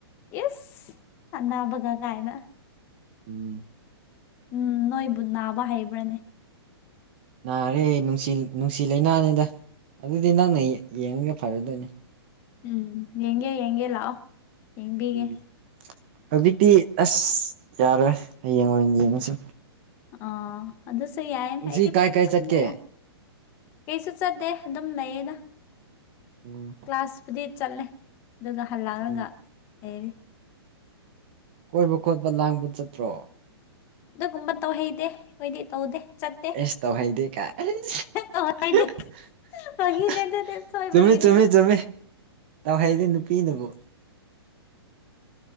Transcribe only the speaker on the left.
ꯏꯁ ꯑꯅꯥꯕꯒ ꯀꯥꯏꯅ
ꯎꯝ ꯅꯣꯏꯕꯨ ꯅꯥꯕ ꯍꯩꯕ꯭ꯔꯅꯦ
ꯎꯝ ꯌꯦꯡꯒꯦ ꯌꯦꯡꯒꯦ ꯂꯥꯛꯑꯣ ꯌꯦꯡꯕꯤꯒꯦ
ꯑꯥ ꯑꯗꯨꯁꯨ ꯌꯥꯏ
ꯑꯩꯗꯤ
<unintelligible>
ꯀꯩꯁꯨ ꯆꯠꯗꯦ ꯑꯗꯨꯝ ꯂꯩꯌꯦꯗ
ꯀ꯭ꯂꯥꯁꯄꯨꯗꯤ ꯆꯠꯂꯦ ꯑꯗꯨꯒ ꯍꯜꯂꯛꯑꯒ
ꯂꯩꯔꯤ
ꯑꯗꯨꯒꯨꯝꯕ ꯇꯧꯍꯩꯗꯦ ꯑꯩꯈꯣꯏꯗꯤ ꯇꯧꯗꯦ ꯆꯠꯇꯦ
ꯇꯧꯍꯩꯗꯦ ꯐꯥꯒꯤꯅꯦ ꯑꯗꯨꯗꯤ ꯁꯣꯏꯕꯒꯤꯅꯦ